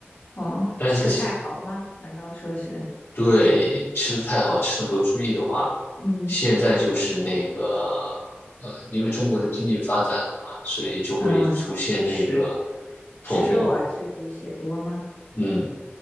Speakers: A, on the left; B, on the left.
A: 哦，
B: 但是
A: 吃的太好吗？难道说是，
B: 对吃的太好，吃的不注意的话，
A: 嗯，
B: 现在就是那个呃，因为中国的经济发展了嘛，所以就会出现那个
A: 呃，吃吃肉啊，
B: 痛风，
A: 吃这些多吗？
B: 嗯。